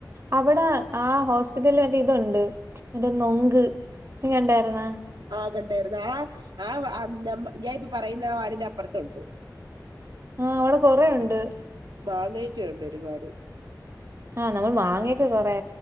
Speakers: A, on the right; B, on the right.
A: അവിടെ ആ ഹോസ്പിറ്റലിൽ മറ്റേ ഇതുണ്ട് മറ്റേ നൊങ്ക് നി കണ്ടായിരുന്നാ.
B: ആഹ കണ്ടായിരുന്നു ആ ആ ഞാൻ പ്പ പറയുന്ന ആ വാടിന്റെ അപ്പുറത്തുണ്ട്.
A: ആഹ് അവിടെ കൊറെണ്ട്
B: മാങ്ങയൊക്കെുണ്ട് ഒരുപാട്.
A: ആഹ നമ്മൾ മാങ്ങയൊക്കെ കൊറെ